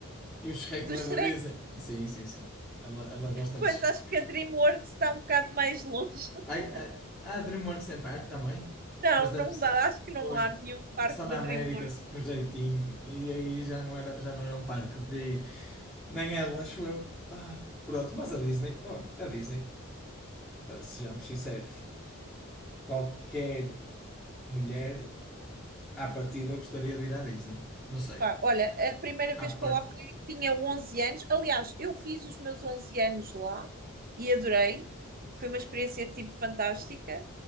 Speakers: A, in the centre; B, on the right (about 45°).
A: E o Shrek
B: do
A: não
B: Shrek.
A: é da Disney? Sim, sim, sim. Ela, ela gosta
B: Pois
A: de Shrek.
B: acho que a DreamWorks está um bocado mais longe. <laughs>
A: Ai, a, a DreamWorks tem parte também,
B: Não,
A: mas deve
B: não
A: ser.
B: dá, acho que não
A: Pois.
B: há nenhum parque
A: Só na
B: da
A: América,
B: DreamWorks.
A: se- com jeitinho. E aí já não era, já não era um parque que eu queria ir. Nem ela, acho eu. Ah, pronto, mas a Disney, oh, a Disney, pá, sejamos sinceros, qualquer mulher à partida gostaria de ir à Disney. Não sei.
B: Pá, olha, a primeira
A: À
B: vez que
A: partida.
B: eu lá fui tinha 11 anos. Aliás, eu fiz os meus 11 anos lá e adorei. Foi uma experiência tipo fantástica.